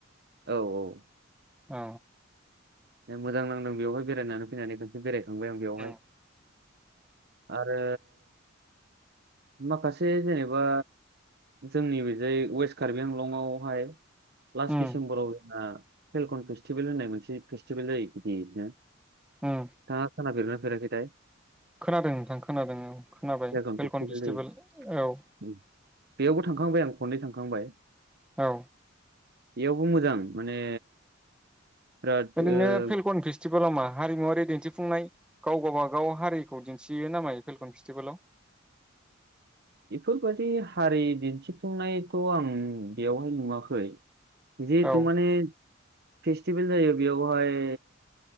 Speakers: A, on the right (about 55°); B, in the centre.
A: औ औ
B: औ
A: दे मोजां नांदों बेवहाय बेरायनानै फैनानै खनसे बेरायखांबाय आं बेयावहाय
B: उम
A: आरो माखासे जेनेबा जोंनि बेजाय वेस्ट कार्बि आंलंआवहाय लास्ट
B: उम
A: डिसेम्बराव जोंना फेलकन फेस्टिभेल होननाय मोनसे फेस्टिभेल जायो गिदिर नो नोंथाङा
B: उम
A: खोना फेरदों ना फेराखै थाय
B: खोनादों नोंथां खोनादों औ खोनाबाय
A: फेलकन
B: भेलकन फेस्टिभेल
A: जायो
B: औ
A: उम। बेयावबो थांखांबाय आं खननै थांखांबाय।
B: औ
A: बेयावबो मोजां माने बिराद
B: ओरैनो
A: ओ,
B: फिलकन फेस्टि रमा हारिमुवारि दिन्थिफुंनाय गाव गावबागाव हारिखौ दिन्थियो नामा फेलकन फेस्टिभेलाव?
A: बेफोरबायदि हारि दिन्थिफुंनायथ' आं बेवहाय नुवाखै। जितु
B: औ
A: माने फेस्टिभेल जायो बेयावहाय